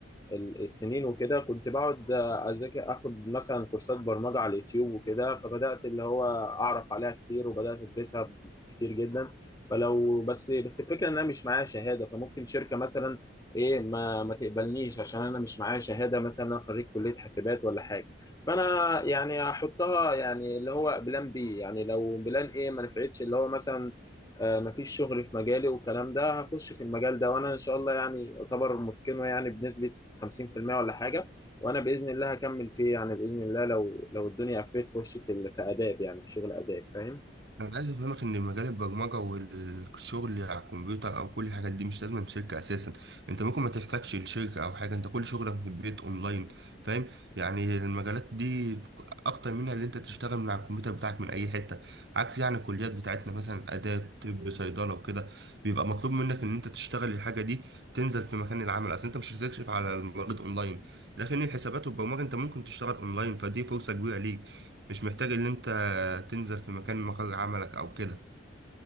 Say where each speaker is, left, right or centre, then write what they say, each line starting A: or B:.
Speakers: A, on the left; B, on the right.
A: ال- السنين وكده كنت بقعد اذاكر اخد مثلا كورسات برمجه على اليوتيوب وكده فبدات اللي هو اعرف عليها كتير وبدات ادرسها كتير جدا فلو بس بس الفكره ان انا مش معايا شهاده فممكن شركه مثلا ايه ما ما تقبلنيش عشان انا مش معايا شهاده مثلا انا خريج كليه حاسبات ولا حاجه فانا يعني احطها يعني اللي هو بلان بي يعني لو بلان ايه ما نفعتش اللي هو مثلا آه، مفيش شغل في مجالي والكلام ده هخش في المجال ده وانا ان شاء الله يعني اعتبر متقنه يعني بنسبه 50% ولا حاجة وأنا بإذن الله هكمل فيه يعني بإذن الله لو لو الدنيا قفلت في وشي في ال- في آداب يعني في شغل آداب فاهم
B: انا عايز افهمك ان مجال البرمجه والشغل على الكمبيوتر او كل الحاجات دي مش لازم شركه اساسا انت ممكن ما تحتاجش الشركه او حاجه انت كل شغلك في البيت اونلاين فاهم يعني المجالات دي اكتر منها اللي انت تشتغل من على الكمبيوتر بتاعك من اي حته عكس يعني الكليات بتاعتنا مثلا اداب طب صيدله وكده بيبقى مطلوب منك ان انت تشتغل الحاجه دي تنزل في مكان العمل اصل انت مش هتكشف على المريض اونلاين لكن الحسابات والبرمجه انت ممكن تشتغل اونلاين فدي فرصه كبيره ليك مش محتاج ان انت هتنزل في مكان مقر عملك او كده